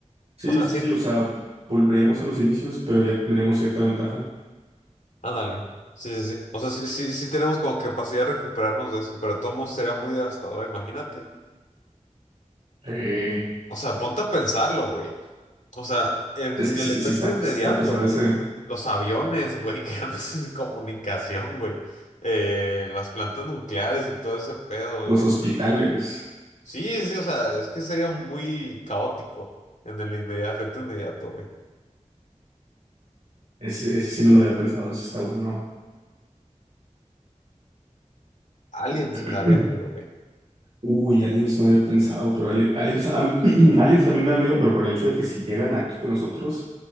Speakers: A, on the right; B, on the left.
A: sí,
B: O sea,
A: sí,
B: sí.
A: sí, o sea, volveríamos a los inicios, pero ya tendríamos cierta ventaja.
B: Ándale. Sí, sí, sí. O sea, sí, sí, sí tenemos como capacidad de recuperarnos de eso, pero de todos modos sería muy devastador, imagínate.
A: Eh,
B: O sea, ponte a pensarlo, güey. O sea, en
A: es que sí,
B: el
A: sí
B: efecto
A: sí está,
B: inmediato,
A: sí está pesado
B: güey.
A: ese,
B: Los aviones, güey, <laughs> quedando sin comunicación, güey. Eh, las plantas nucleares y todo ese pedo,
A: los
B: güey.
A: hospitales.
B: Sí, sí, o sea, es que sería muy caótico en el inmediato, efecto inmediato, güey.
A: Ese, ese sí no lo había pensado, ese está bueno.
B: Aliens
A: <clears throat>
B: me daría miedo, güey.
A: Uy, aliens no había pensado, pero ali- aliens, a- <clears throat> aliens también me da miedo, pero por el hecho de que si llegan aquí con nosotros,